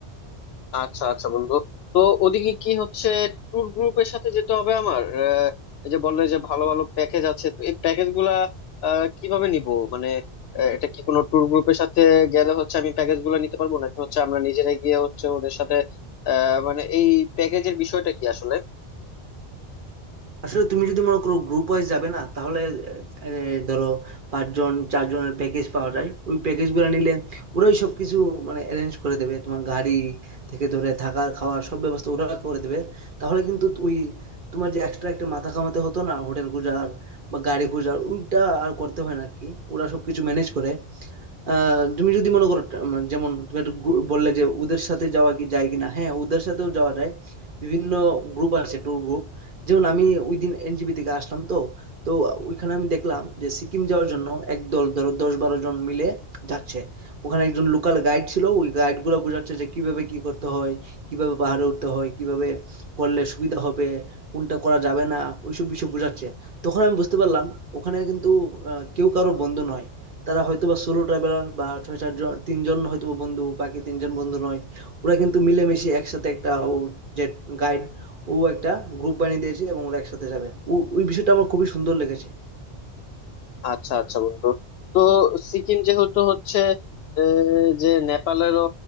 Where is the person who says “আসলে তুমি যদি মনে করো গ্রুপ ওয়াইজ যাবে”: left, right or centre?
Right